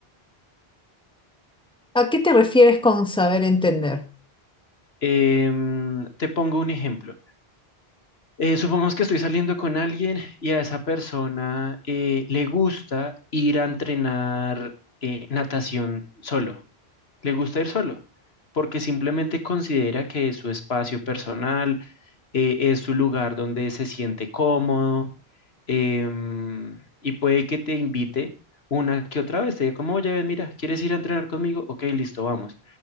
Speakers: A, in the centre; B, on the left (about 75°).
A: ¿A qué te refieres con saber entender?
B: Em, te pongo un ejemplo. Eh, supongamos que estoy saliendo con alguien y a esa persona eh, le gusta ir a entrenar eh, natación solo. Le gusta ir solo porque simplemente considera que es su espacio personal, eh, es su lugar donde se siente cómodo em, y puede que te invite una que otra vez. Te diga como, oye, ven, mira, ¿quieres ir a entrenar conmigo? Ok, listo, vamos.